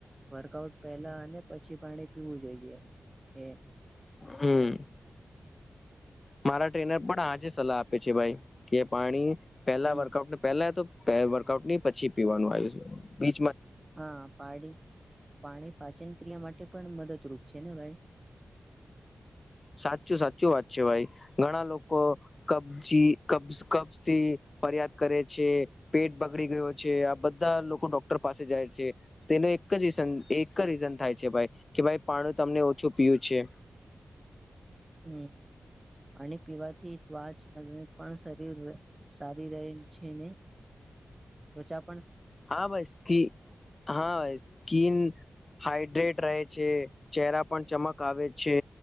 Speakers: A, on the right; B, on the left.
A: વર્કઆઉટ પેલા અને પછી પાણી પીવું જોઈએ હમ
B: હમ મારા ટ્રેનર પણ આજે સલાહ આપે છે ભાઈ કે પાણી પેલા
A: હમ
B: વર્કઆઉટ પેલા તો વર્કઆઉટ ન પછી પીવાનું આવ્યું છે બી
A: હા પાડી પાણી પાાચીન કિયા માટે પણ મદદરૂપ છે ને ભાઈ
B: સાચું સાચું વાત છે ભાઈ ઘણા લોકો કબજી કબ કબ થી ફરિયાદ કરે છે પેટ બગડી ગયો છે આ બધા લોકો ડોક્ટર પાસે જાય છે તેને એક જ ર એક રીઝન થાય છે ભ કે ભાઈ પાણું તમને ઓછું પીયું છે
A: હમ પાણી પીવાથી ત્વાચ પણ શરીર સારી રહે છે ને તો ચા
B: હા ભાઈ સ્કી હા ભાઈ સ્કીન હાાઈડ્રેટ રહે છે ચરા પણ ચમક આવે છે